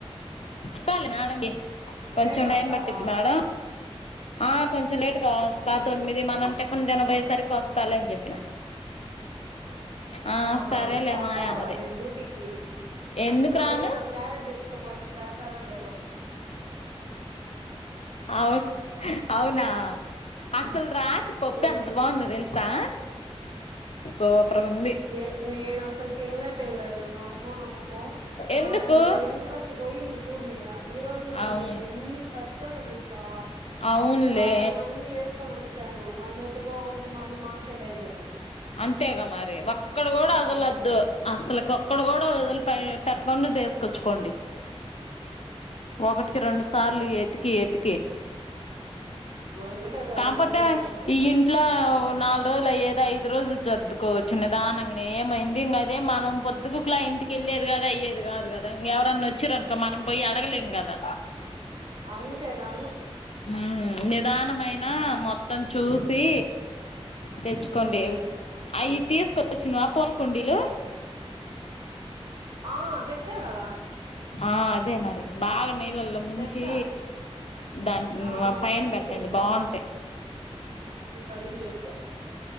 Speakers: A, on the left; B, on the right.
A: చెప్పాలే మేడమ్ కి కొంచెం
B: లేటుగా
A: టైం
B: వస్తావా
A: పట్టుద్ది మేడం ఆ కొంచెం లేటుగా వస్తా
B: ఉమ్
A: తొమ్మిది మనం టిఫిన్ తినబోయే సరికి వస్తాలే అని చెప్పిన ఆ
B: ఆహా
A: సరేలే
B: వస్తావా
A: మాయ అన్నది
B: రేపు డ్యూటీకి
A: ఎందుకు
B: ఒకవేళ
A: రాను
B: క్యారేజ్ తెచ్చుకోపోతే పెడతారో లేదో
A: అవున్ అవునా అసల్ రాత్రి పప్పు
B: ఉమ్
A: ఎంత బాందో తెల్సా సూపర్ గుంది
B: ఏ నేనసల్ తిన్లే తినలేదు నువ్వు నమ్ము నమ్మపో నా
A: ఎందుకు
B: వరకు ఎన్ట్ర పోయింది కూడు మీద ఈరోజు అంతే
A: అవును
B: ఎన్ని సర్ద్యాను తెల్సా
A: అవునులే
B: అక్కడి యన్ని ఏస్ కొనుక్కొని వచ్చాను మళ్లీ ఎటు పోగొడితే మళ్లీ మనకి డేంజర్ అది
A: అంతేగా మరి ఒక్కటి కూడా వదలద్దు
B: అని
A: అసలు ఒక్కటి కూడా వదిలిపెట్టకుండా తీసుకొచ్చుకొండి
B: చాన్సిక్
A: ఒకటికి రెండుసార్లు ఎతికి ఎతికి
B: అందుకే కదా
A: కాకపోతే
B: ఎట్ట చేసి వచ్చేది
A: ఈ ఇంట్లో ఓ నాలుగు రోజులు అయ్యేది పద్ది రోజులు సర్దుకోవచ్చు నిదానంగానే ఏమైంది ఇంకా అదే మనం పొద్దుబూకుల ఇంటికి వెళ్ళేది కదా కదా ఎవరైనా వచ్చారా అనుకో మనం పోయి అడగలేము కదా
B: అందుకే కదు
A: ఉ నిదానమైన మొత్తం చూసి తెచ్చుకోండి
B: ఉమ్
A: అవి తీసుకు చ్చినవా పోల్కుండీలు
B: ఆ తెచ్చా కదా
A: ఆ అదే మరి బాగా నీళ్ళల్లో ముంచి
B: తెచ్చా
A: దాని
B: ఆ
A: పైన
B: కడిగి
A: పెట్టండి
B: పెట్టారా
A: బాగుంటాయి
B: అడిగి పెట్టు